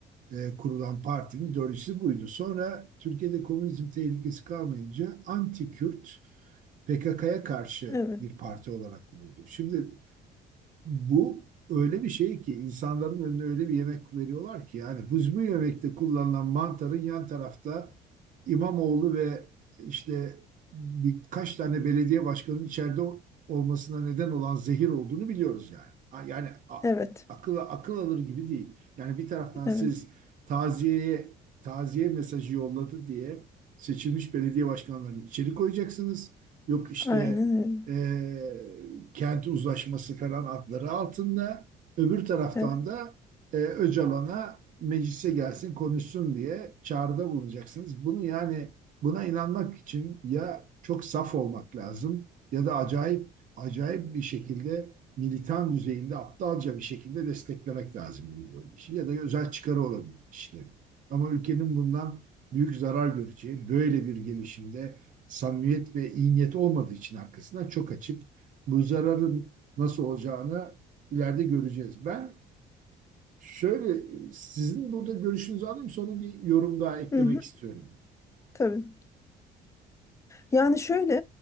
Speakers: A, on the right; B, on the left.
A: e, kurulan partinin ideolojisi buydu. Sonra Türkiye'de komünizm tehlikesi kalmayınca anti-Kürt PKK'ya karşı
B: evet.
A: bir parti olarak kuruldu. Şimdi bu öyle bir şey ki insanların önüne öyle bir yemek veriyorlar ki yani biz bu yemekte kullanılan mantarın yan tarafta İmamoğlu ve işte birkaç tane belediye başkanının içeride olmasına neden olan zehir olduğunu biliyoruz yani. Yani a-
B: Evet.
A: akıl akıl alır gibi değil. Yani bir taraftan
B: Evet.
A: siz taziyeye taziye mesajı yolladı diye seçilmiş belediye başkanlarını içeri koyacaksınız. Yok işte
B: Aynen öyle.
A: e, kenti uzlaşması falan adları altında. Öbür taraftan
B: Evet.
A: da e, Öcalan'a meclise gelsin konuşsun diye çağrıda bulunacaksınız. Bunu yani buna inanmak için ya çok saf olmak lazım ya da acayip acayip bir şekilde militan düzeyinde aptalca bir şekilde desteklemek lazım bu ideolojiyi ya da özel çıkarı olabilir kişilerin. Ama ülkenin bundan büyük zarar göreceği böyle bir gelişimde samimiyet ve iyi niyet olmadığı için arkasından çok açık bu zararın nasıl olacağını ileride göreceğiz. Ben şöyle sizin burada görüşünüzü alayım sonra bir yorum daha eklemek
B: Hı hı,
A: istiyorum.
B: tabii. Yani şöyle,